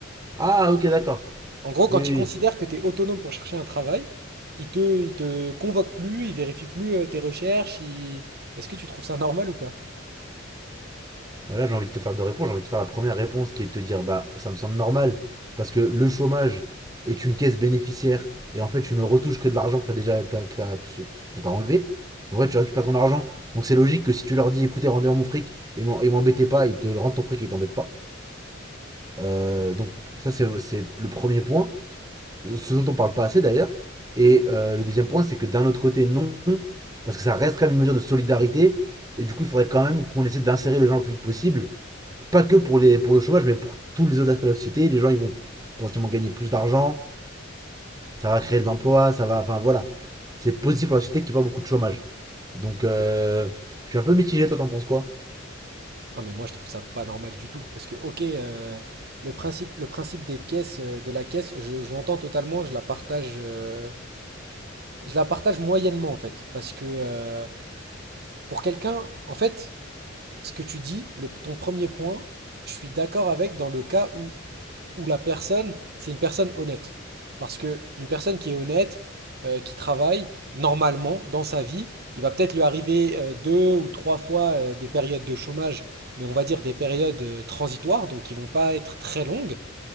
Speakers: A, on the right; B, on the right.
A: Ah, ok, d'accord.
B: En gros,
A: Oui,
B: quand
A: oui.
B: ils
A: oui.
B: considèrent que tu es autonome pour chercher un travail, ils te, ils te convoquent plus, ils vérifient plus euh, tes recherches. ils- Est-ce que tu trouves ça normal ou pas?
A: Bah là, j'ai envie de te faire deux réponses. J'ai envie de te faire la première réponse qui est de te dire, bah, ça me semble normal, parce que le chômage est une caisse bénéficiaire, et en fait, tu ne retouches que de l'argent que t'as déjà, que t'as, que t'as- que ce- qu'on t'a enlevé. Donc, en fait, tu récupères ton argent. Donc, c'est logique que si tu leur dis, écoutez, rendez-moi mon fric, et m'en- et m'embêtez pas, ils te rendent ton fric et ils t'embêtent pas. Euh, donc, ça, c'est c'est le premier point. ce dont on parle pas assez d'ailleurs. Et euh, le deuxième point, c'est que d'un autre côté, non, parce que ça reste quand même une mesure de solidarité. Et du coup, il faudrait quand même qu'on essaie d'insérer les gens le plus vite possible. Pas que pour, les, pour le chômage, mais pour tous les autres aspects de la société. Les gens, ils vont potentiellement gagner plus d'argent, ça va créer de l'emploi, ça va. Enfin voilà. C'est positif pour la société qu'il n'y ait pas beaucoup de chômage. Donc, euh, je suis un peu mitigé, toi, t'en penses quoi
B: Non, mais moi, je trouve ça pas normal du tout. Parce que, ok, euh, le principe, le principe des caisses, euh, de la caisse, je, je l'entends totalement, je la partage, euh, je la partage moyennement, en fait. Parce que euh, pour quelqu'un, en fait, ce que tu dis, le- ton premier point, je suis d'accord avec dans le cas où où la personne, c'est une personne honnête. Parce que une personne qui est honnête, euh, qui travaille, normalement, dans sa vie, il va peut-être lui arriver euh, deux ou trois fois euh, des périodes de chômage, mais on va dire des périodes euh, transitoires, donc qui ne vont pas être très longues,